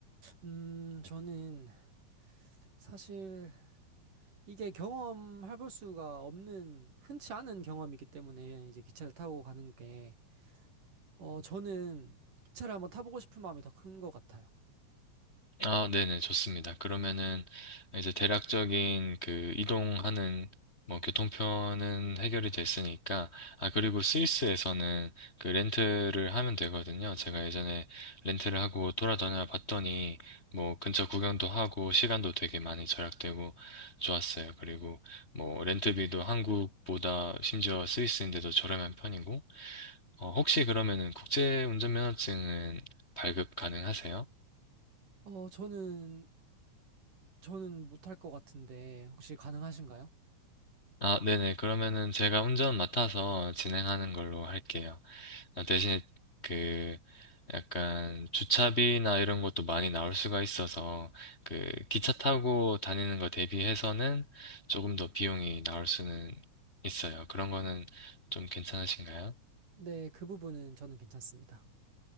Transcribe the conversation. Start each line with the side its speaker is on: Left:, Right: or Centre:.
Right: 음, 저는 사실 이게 경험해 볼 수가 없는, 흔치 않은 경험이기 때문에 이제 기차를 타고 가는 게, 어, 저는 기차를 한번 타보고 싶은 마음이 더 큰 것 같아요.
Left: 아, 네네, 좋습니다. 그러면은 이제 대략적인 그 이동하는 뭐 교통편은 해결이 됐으니까 아 그리고 스위스에서는 그 렌트를 하면 되거든요. 제가 예전에 렌트를 하고 돌아다녀 봤더니 뭐 근처 구경도 하고 시간도 되게 많이 절약되고 좋았어요. 그리고 뭐 렌트비도 한국보다 심지어 스위스인데도 저렴한 편이고 어, 혹시 그러면은 국제 운전면허증은 발급 가능하세요?
Right: 어, 저는, 저는 못할 것 같은데 혹시 가능하신가요?
Left: 아, 네네. 그러면은 제가 운전 맡아서 진행하는 걸로 할게요. 아, 대신에 그 약간 주차비나 이런 것도 많이 나올 수가 있어서 그 기차 타고 다니는 거 대비해서는 조금 더 비용이 나올 수는 있어요. 그런 거는 좀 괜찮으신가요?
Right: 네, 그 부분은 저는 괜찮습니다.